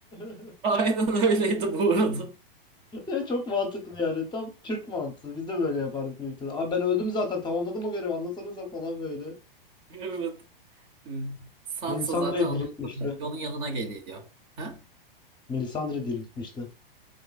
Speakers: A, on the left (about 15°); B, on the right (about 40°).
A: <laughs>
B: Aynen öyleydi bu arada. <laughs>
A: E, Çok mantıklı yani. Tam Türk mantığı. Biz de böyle yapardık büyük ihtimalle. Abi ben öldüm zaten, tamamladım o görevi. Anlatsanıza falan böyle.
B: Evet. Hı. Sansa
A: Melisandre
B: zaten onun,
A: diriltmişti.
B: onun yanına geliyor. Ha?
A: Melisandre diriltmişti.